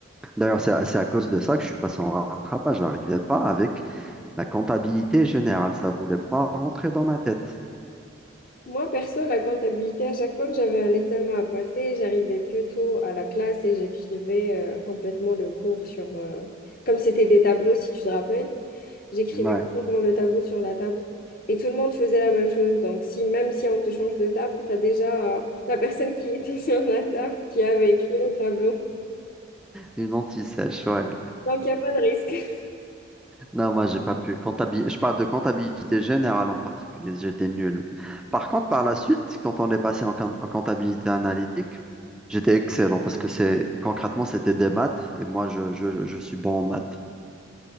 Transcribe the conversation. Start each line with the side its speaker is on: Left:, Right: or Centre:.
Centre: D'ailleurs, c'est à, c'est à cause de ça que je suis passé en rattrapage. Je n'arrivais pas avec La comptabilité générale, ça voulait pas rentrer dans ma tête.
Left: Moi, perso, la comptabilité, à chaque fois que j'avais un examen à passer, j'arrivais plutôt à la classe et j'écrivais euh, complètement le cours sur... euh, Comme c'était des tableaux, si tu te rappelles. J'écrivais
Centre: Ouais.
Left: complètement le tableau sur la table. Et tout le monde faisait la même chose. Donc, si, même si on te change de table, tu as déjà euh, la personne qui était <laughs> sur la table qui avait écrit le tableau.
Centre: Une anti-sèche, ouais.
Left: Donc, il n'y a pas de risque.
Centre: Non, moi, j'ai pas pu. Comptabil- Je parle de comptabilité générale en particulier, j'étais nul. Par contre, par la suite, quand on est passé en, quin- en comptabilité analytique, j'étais excellent parce que c'est concrètement, c'était des maths et moi, je, je, je suis bon en maths.